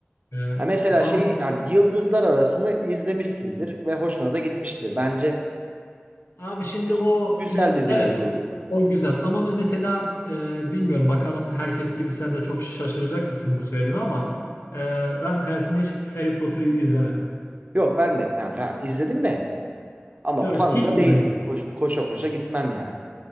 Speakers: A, on the left (about 75°); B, on the right (about 35°).
A: E,
B: Ha mesela
A: fant
B: şeyi yani yıldızlar arasını izlemişsindir ve hoşuna da gitmiştir. Bence
A: Abi şimdi
B: güz-
A: o
B: güzel
A: yıl
B: bir
A: evet
B: bilim kurgu.
A: o o güzel ama me- mesela e, bilmiyorum bakalım herkes gibi sen de çok şaşıracak mısın bu söylediğime ama e, ben hayatımda hiç Harry Potter'ı izlemedim.
B: Yok ben de yani ben izledim de Ama
A: Yok
B: fanı
A: hiç
B: da
A: izlemedim.
B: değilim. Koş, koşa koşa gitmem yani.